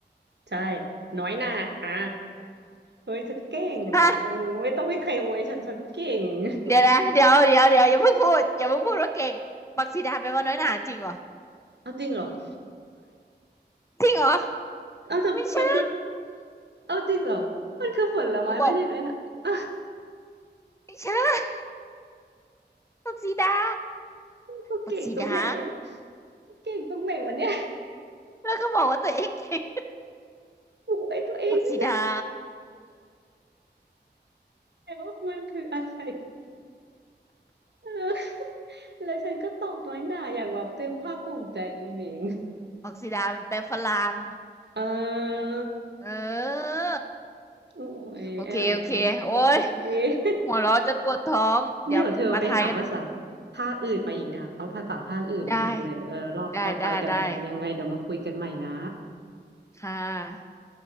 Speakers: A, on the right; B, on the left.
A: ใช่น้อยหน่าอ่ะเฮ้ยฉันเก่งอ่ะเออไม่ต้องให้ใครอวยฉันฉันเก่ง
B: <laughs> ฮะ
A: <laughs>
B: เดี๋ยวนะเดี๋ยวเดี๋ยวเดี๋ยวอย่าเพิ่งพูดอย่าเพิ่งพูดว่าเก่งบักซีดาแปลว่าน้อยหนาจริงเหรอ
A: เอาจริงเหรอ <laughs>
B: จริงเหรอ
A: เราจะจะพูด
B: ไม่ใช่
A: เอาจริงเหรอมันคือผลไม้ไม่ใช่น้อยหนะ
B: หนูบอก
A: <laughs> อ
B: ไม่ใช่บักซีดา
A: กูเก่งตรงไหนวะ
B: บักซีดา
A: กูเก่งตรงไหนวะเนี่ย
B: แล้วก็บอกว่าตัวเองเก่ง
A: กูไปตัวเองไม่ได้
B: ผักสีดา
A: แล้ามันคืออะไรเออแล้วฉันก็ตอบน้อยหน่าอย่างแบบเต็มภาคภูมิใจอีเหวง
B: ผักสีดามันเป็นฝรั่ง
A: เออ
B: เออ
A: โอ้ยแอม
B: โอเคโอเคโอ้ย
A: โอเค <laughs>
B: หัวเราะจะปวดท้อง เดี๋ยวมาทายกัน
A: เดี๋ยวเธอไปหาภาษาภาคอื่นมาอีกนะเอาภาษาภาคอื่นมาอีกเลยเออรอบต่อไปเดี๋ยวเดี๋ยวเดี๋ยวยังไงเดี๋ยวมาคุยกันใหม่นะ
B: ได้ได้ได้ได้ค่ะ